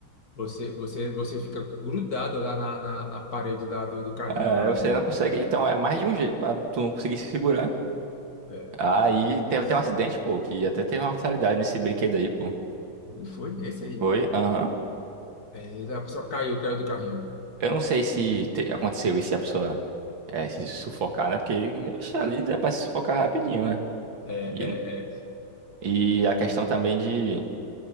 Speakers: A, on the left (about 45°); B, on the right (about 65°).
A: Você, você, você fica grudado lá na, na, na parede lá do, do carrinho
B: é,
A: lá
B: você
A: do.
B: não consegue.
A: É,
B: Então é mais de um jeito pra tu não conseguir se segurar.
A: é,
B: Aí
A: é.
B: teve
A: Isso.
B: até um acidente, pô, que até teve uma fatalidade nesse brinquedo aí, pô.
A: E foi nesse aí.
B: Foi? Aham.
A: É, a pessoa caiu, caiu do carrinho.
B: Eu não sei se te- aconteceu isso e a pessoa é, se sufocar, né? Porque oxe, ali dá pra se sufocar rapidinho, né?
A: É, é,
B: E,
A: é,
B: e a questão
A: o-
B: também de.